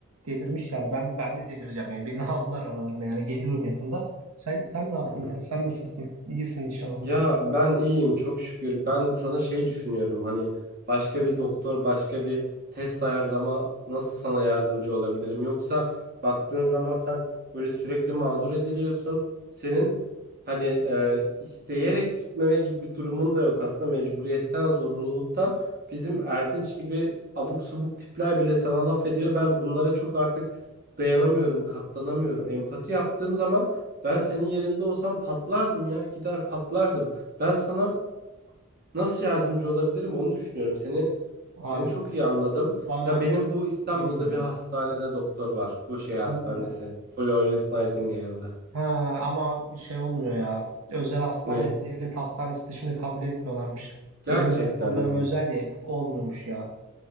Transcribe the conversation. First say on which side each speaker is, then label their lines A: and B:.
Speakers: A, on the right; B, on the right.
A: delirmiş yani. Ben ben de delireceğim yani. Beni <laughs> aldılar aralarına yani. Geliyorum yakında. Sen sen ne yaptın
B: Hı hı.
A: ya? Sen nasılsın? İyisin inşallah.
B: Ya ben iyiyim çok şükür. Ben sana şey düşünüyorum hani başka bir doktor başka bir test ayarlama nasıl sana yardımcı olabilirim? Yoksa baktığın zaman sen böyle sürekli mağdur ediliyorsun. Senin hani e, isteyerek gitmeme gibi bir durumun da yok aslında mecburiyetten zorunluluktan. Bizim Erdinç gibi abuk subuk tipler bile sana laf ediyor. Ben bunlara çok artık dayanamıyorum, katlanamıyorum. Empati yaptığım zaman ben senin yerinde olsam patlardım ya. Gider patlardım. Ben sana nasıl yardımcı olabilirim onu düşünüyorum. Seni
A: Abi
B: seni çok iyi anladım.
A: bana
B: Ya benim bu İstanbul'da
A: bilmiyorum
B: bir hastanede
A: ya.
B: doktor var. Bu şey hastanesi.
A: Hadi ya.
B: Florence Nightingale'da.
A: Ha, ama abi bir şey olmuyor ya. Özel hastane,
B: Ne?
A: devlet hastanesi dışında kabul etmiyorlarmış.
B: Gerçekten
A: Benim de raporlarım
B: mi?
A: özel ya hep olmuyormuş ya.